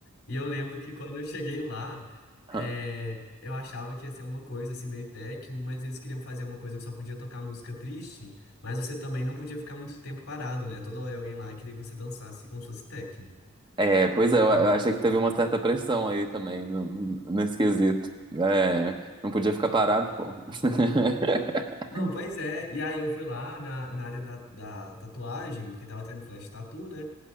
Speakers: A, on the left; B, on the right.
A: E eu lembro que quando eu cheguei lá,
B: <laughs>
A: é, eu achava que ia ser uma coisa assim meio técnico, mas eles queriam fazer uma coisa que só podia tocar música triste, mas você também não podia ficar muito tempo parado, né? Toda hora alguém lá queria que você dançasse como se fosse técnico.
B: É, pois é,
A: E-
B: eu eu achei que teve uma certa pressão aí também no- nesse quesito. É, não podia ficar parado, pô. <laughs>
A: Não, pois é. E aí eu fui lá na, na área da, da tatuagem, porque tava tendo flash tattoo, né?